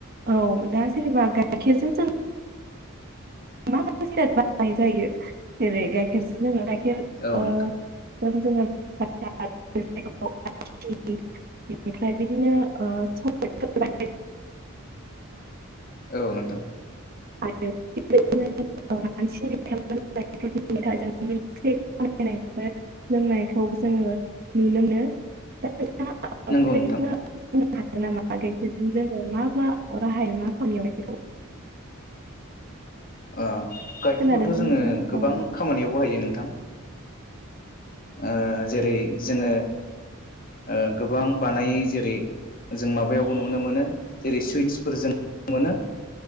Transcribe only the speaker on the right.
औ दा जेनेबा गाइखेरजों जों मा मा जिरात बानायनाय जायो जेरै गाइखेरजों जोङो खेर
ओ
जों जोङो <unintelligible> आइसिख्रिम बेनिफ्राय बिदिनो ओ सक्लेटफोर बानाय <unintelligible>
आरो बिदि <unintelligible> <unintelligible> लोंनायखौ जोङो नुनो मोनो नोंथाङा बेबायदिनो
बुंनो हागोन नामा गाइखेरजों जोङो मा मा राहाया मा खामानियाव बेखौ
खोनादोंना
नोंथां
औ